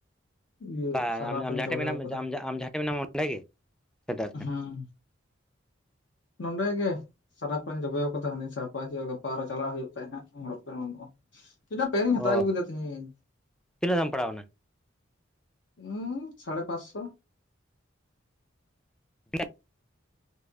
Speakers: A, on the left; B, in the centre.
A: ᱤᱭᱟᱹ
B: ᱠᱟ
A: ᱥᱟᱨᱟᱯ
B: ᱟᱢ ᱟᱢ
A: ᱨᱤᱧ
B: ᱡᱟᱦᱟᱸ
A: ᱡᱚᱵᱮᱣ
B: ᱴᱷᱮᱱ ᱢᱮᱱᱟᱜ ᱢᱮ
A: ᱠᱟᱫᱟ
B: ᱟᱢ ᱡᱟᱦ ᱡᱟᱦᱟᱸᱴᱷᱮ ᱢᱮᱱᱟᱢᱟ ᱚᱸᱰᱮ ᱜᱮ ᱥᱮ ᱮᱴᱟᱜ ᱴᱷᱮᱱ
A: ᱦᱮᱸ ᱱᱚᱸᱰᱮ ᱜᱮ ᱥᱟᱨᱟᱯᱷ ᱨᱮᱧ ᱡᱚᱵᱮᱣ ᱟᱠᱟᱫᱟ ᱦᱟᱱᱮ ᱥᱟᱯᱟ ᱦᱩᱭᱩᱜᱼᱟ ᱜᱟᱯᱟ ᱟᱨᱚ ᱪᱟᱞᱟᱜ ᱦᱩᱭᱩᱜ ᱠᱷᱟᱡ ᱦᱟᱸᱜ ᱟᱸᱜᱨᱚᱡ ᱯᱮᱱᱴ ᱦᱚᱸ ᱵᱟᱹᱱᱩᱜᱼᱟ᱾ ᱪᱮᱫᱟᱜ ᱯᱮᱱ ᱤᱧ
B: ᱚ
A: ᱦᱟᱛᱟᱣ ᱟᱹᱜᱩ ᱠᱮᱫᱟ ᱛᱤᱦᱤᱧ
B: ᱛᱤᱱᱟᱹᱜ ᱫᱟᱢ ᱯᱟᱲᱟᱣᱱᱟ
A: ᱩᱸᱻ ᱥᱟᱲᱮ ᱯᱟᱸᱪ ᱥᱚ
B: <unintelligible>